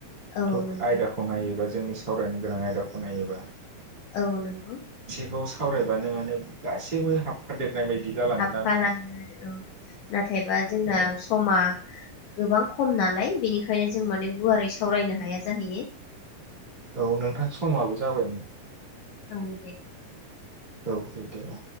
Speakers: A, on the left (about 80°); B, on the right (about 40°).
A: औ
B: थब
A: नंगौ
B: आयदाखौ नायोबा जो जोंनि सावरायनो गोनां आयदाखौ नायोबा
A: औ नोंगौ।
B: बेखौ सावरायबानो माने गासिबो हाबफादेरनाय बायदि बिदि जालाङोना
A: हाबफालाङो
B: नोंथां?
A: औ नाथायबा जोंना
B: औ
A: समा गोबां खम नालाय बेनिखायनो जों माने गुवारै सावरायनो हाया जाहैयो।
B: औ नोंथां समाबो जाबायमोन।
A: औ दे।
B: औ दे दे औ।